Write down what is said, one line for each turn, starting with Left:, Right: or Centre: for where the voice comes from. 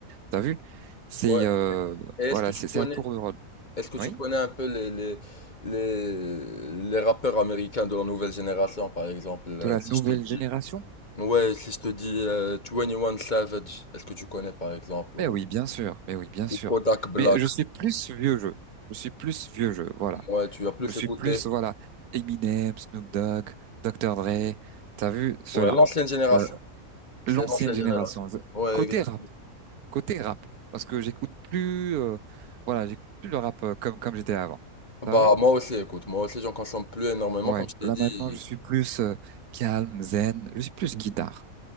Right: T'as vu? C'est
Left: ouais.
Right: euh,
Left: Et est-ce
Right: voilà,
Left: que tu
Right: c'est c'est
Left: connais?
Right: à tour de rôle.
Left: Est-ce que
Right: Oui,
Left: tu connais un peu les, les, les, les rappeurs américains de la nouvelle génération, par exemple, euh,
Right: de la
Left: si
Right: nouvelle
Left: je te dis...
Right: génération.
Left: Ouais, si je te dis euh, 21 Savage, est-ce que tu connais, par exemple,
Right: Mais
Left: ou,
Right: oui, bien sûr. Mais oui, bien
Left: ou
Right: sûr.
Left: Kodak Black?
Right: Mais je suis plus vieux jeu. Je suis plus vieux jeu. Voilà.
Left: Ouais, tu as plus
Right: Je suis
Left: écouté.
Right: plus voilà Eminem, Snoop Dogg, Dr. Dre. T'as vu cela?
Left: Ouais, l'ancienne génération.
Right: Euh,
Left: C'est
Right: l'ancienne
Left: l'ancienne
Right: génération.
Left: génération.
Right: Je-
Left: Ouais,
Right: Côté
Left: exact.
Right: rap. côté rap, parce que j'écoute plus, euh, voilà, j'écoute plus le rap euh, comme comme j'étais avant.
Left: Bah,
Right: T'as vu?
Left: moi aussi, écoute, moi aussi, j'en consomme plus énormément,
Right: Ouais.
Left: comme je t'ai
Right: Là
Left: dit.
Right: maintenant, je suis plus euh, calme, zen. Je suis plus guitare.